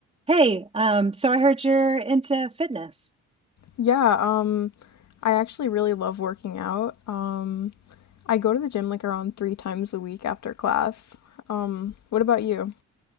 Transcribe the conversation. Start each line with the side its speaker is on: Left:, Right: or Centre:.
Right: Hey, um, so I heard you're into fitness.
Left: Yeah, um, I actually really love working out. Um, I go to the gym like around three times a week after class. Um, what about you?